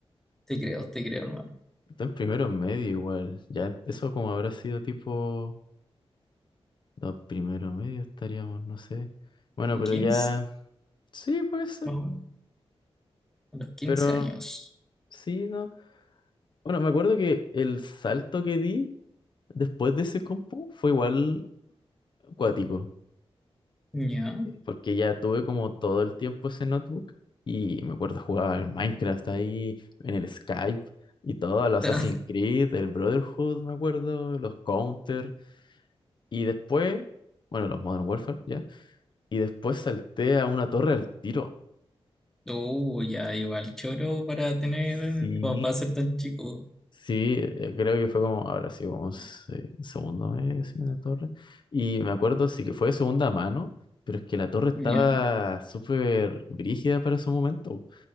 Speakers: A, in the centre; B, on the left.
A: Te creo, te creo, hermano.
B: Está en primero medio igual. Ya, eso como habrá sido tipo. No, primero medio estaríamos, no sé. Bueno,
A: ¿En
B: pero
A: 15
B: ya. Sí, puede ser.
A: Más o menos, A los 15
B: Pero
A: años.
B: sí, no. Bueno, me acuerdo que el salto que di después de ese compu fue igual acuático.
A: Ya.
B: porque ya tuve como todo el tiempo ese notebook y me acuerdo jugar al Minecraft ahí, en el Skype y todo, el Assassin's
A: <laughs>
B: Creed, el Brotherhood, me acuerdo, los Counter y después, bueno, los Modern Warfare, ya, y después salté a una torre al tiro.
A: Uh, ya, igual choro para tener,
B: Sí.
A: para para ser tan chico.
B: Sí, eh, creo que fue como, ahora sí, como se- segundo mes en una torre. Y me acuerdo, sí que fue de segunda mano, pero es que la torre estaba
A: Ya.
B: súper brígida para su momento.